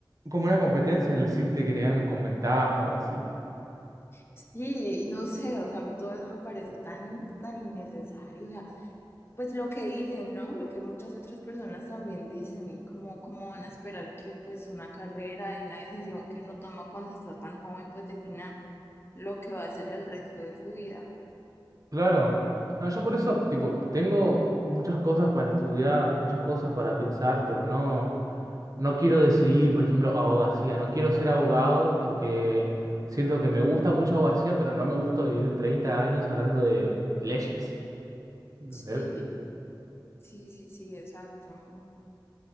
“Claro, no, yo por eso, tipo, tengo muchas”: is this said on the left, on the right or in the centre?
Right